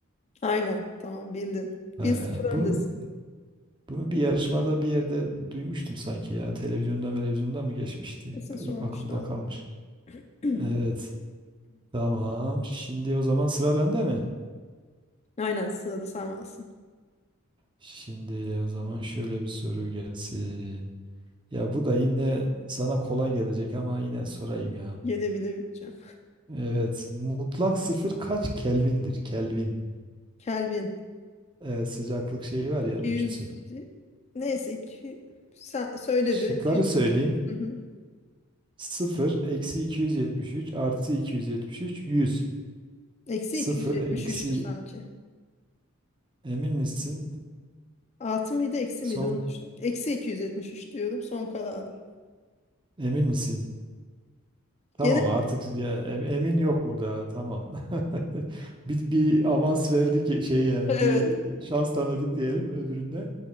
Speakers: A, on the left (about 30°); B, on the right (about 20°).
A: Aynen. Tamam bildin.
B: Ee,
A: 1-0
B: bunu
A: öndesin.
B: bunu bir yarışmada bir yerde duymuştum sanki ya. Televizyonda televizyonda mı geçmişti?
A: Kesin sormuşlardı.
B: Ay, Aklımda kalmış.
A: <clears throat>
B: Evet tamam. Şimdi o zaman sıra bende mi?
A: Aynen sırada sen varsın.
B: Şimdi o zaman şöyle bir soru gelsin. Ya bu da yine sana kolay gelecek ama yine sorayım ya.
A: Gelebilemeyeceğim.
B: Evet. Mutlak sıfır kaç Kelvin'dir? Kelvin.
A: Kelvin.
B: Evet, sıcaklık şeyi var ya
A: 200
B: ölçüsü.
A: neyse iki... sen söyle
B: Şıkları
A: bir 200
B: söyleyeyim.
A: Hı hı.
B: Sıfır eksi 273 artı 273 100.
A: eksi
B: Sıfır
A: 273'tü
B: eksi
A: sanki.
B: emin misin?
A: Artı mıydı eksi
B: Son
A: miydi onu düşün. Eksi 273 diyorum son kararım.
B: emin misin? Tamam
A: Gene
B: artık ya, em- emin yok burada. Tamam. <laughs> bir, bir avans verdik şey yani
A: <laughs> evet
B: bir şans tanıdık diyelim öbüründe.